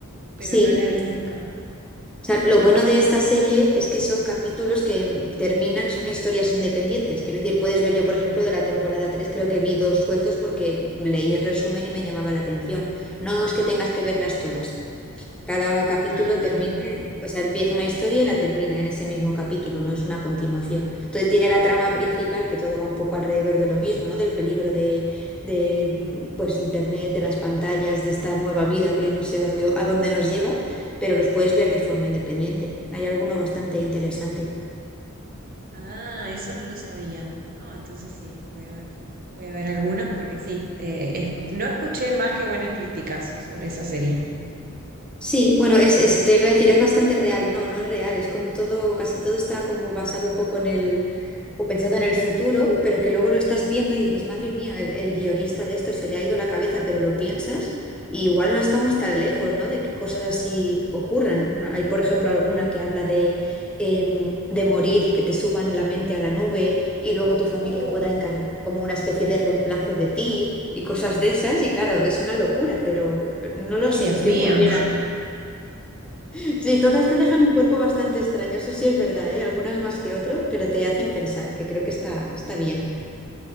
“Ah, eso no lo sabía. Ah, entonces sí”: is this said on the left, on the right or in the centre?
Right